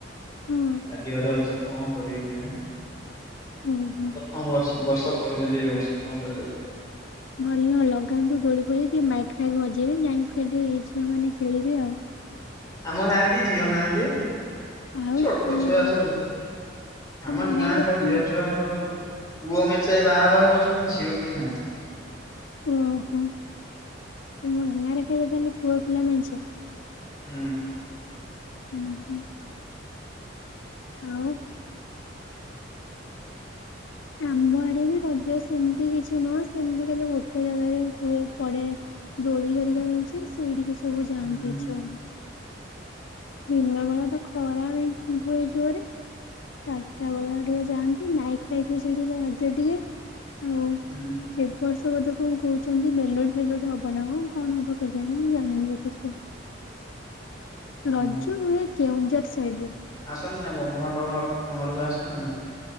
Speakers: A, on the left; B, on the left.
A: ହୁଁ
B: ଲାଗିବାର ଅଛି କଣ କରିବେ କିଆଣି।
A: ଓହୋ
B: ପ୍ରାର୍ଥମ ବ ବର୍ଷ କରୁଛି। କେତି ଏ ବର୍ଷ କଣ କରିବେ
A: ଭଲ ଲଗାନ୍ତୁ ଦୋଳି ପୋଳି ଟିକ ମାଇକ୍ କାଇକି ମଜେଇବେି ଯାଇକି ସେଇଠି ଝିଅ ମାନେ ଖେଳିବେ ଆଉ।
B: ଆମ ଘାଁରେ କି ଝିଅ ନାହାନ୍ତି ଓ।
A: ଆଉ
B: ଛୋଟ
A: ତମ
B: ଛୁଆ
A: ଗାଁ
B: ସବୁ
A: ତମ
B: ଆମର ଗାଁରେ ସବୁ
A: କଣ
B: ଝିଅ ଛୁଆ ସ ପୁଅ ମେଚଏ ବାହାବା ଅଛନ୍ତି ଝିଅ କେହି ନାହାନ୍ତି।
A: ଓହୋ ମୋ ଗାଁରେ ଖାଲି ତାହେଲେ ପୁଅ ପିଲାମା ନେଛେ?
B: ହୁଁ
A: ହୁଁ ହୁଁ ଆଉ ଆମ୍ବ ଆଡେ ବି ରଜ ସେମତି କିଛି ନୁହଁ ସେମତି ଖାଲି ଗୋଟେ ଜାଗାରେ ହୁଏ ପଡେ ଦୋଳି କରିକା ମିଛି ସେଇଠି କି ସବୁ ଜାନ୍ତି
B: ହୁଁ ହୁଁ
A: ଝିଅ। ଦିନ ବେଳେ ତ ଖରା ହ ହୁଏ ଜୋରରେ ଚାରିଟା ବେଳେ ଟିକେ ଯାଆନ୍ତି ମାଇକ୍ ଫାଇକ୍ ବି ସେଠିକ ବାଜେ ଟିକେ ହଉ
B: ହୁଁ
A: ଏ ବର୍ଷ ତ ବୋଧେ କଣ କହୁଛନ୍ତି ମେଲୋଡି ଫେଲୋଡି ହବ ନା କଣ କଣ ହବ କେ ଜାଣ ମୁଁ ଜାଣିନି ବି ଠିକ ସେ ରଜ
B: ହୁଁ।
A: ନୁହେଁ କେଉଁଝର ସାଇଡ ରେ
B: ଆସନ୍ତି ନା ବନ୍ଧୁବାନ୍ଧବ ତମ ଘରକୁ ଆସ ଥାଏ ନା